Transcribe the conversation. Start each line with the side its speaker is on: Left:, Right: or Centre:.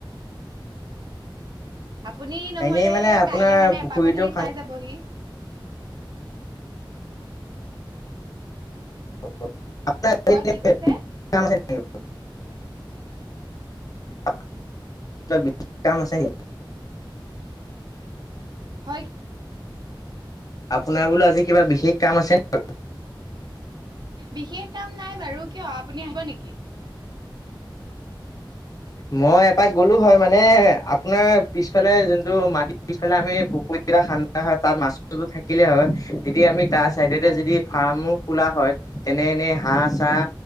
Right: আপুনি নহলে
Left: এনেই মানে আপোনাৰ
Right: কাইলে মানে
Left: পুখুৰীটো
Right: এপাকত আহি
Left: খান্দি
Right: চাই যাবহি?
Left: <inaudible>
Right: হয় কি কৈছে
Left: অপোনাৰ বিশেষ কাম আছে নি?
Right: হয়
Left: আপোনাৰ বোলো আজি কিবা বিশষ কাম আছে নি?
Right: বিশেষ কাম নাই বাৰু কিয় আপুনি আহিব নিকি?
Left: মই এপাক গ'লো হয় মানে আপোনাৰ পিছফালে যোনটো মাটি পিছফালে আমি পুখুৰী এটা খান্দা হয় তাত মাছটো থাকিলেই হয়। যদি আমি তাৰ ছাইডেতে
Right: হয়
Left: যদি ফাৰ্মো খোলা হয় তেনে এনেই হাঁহ চাহ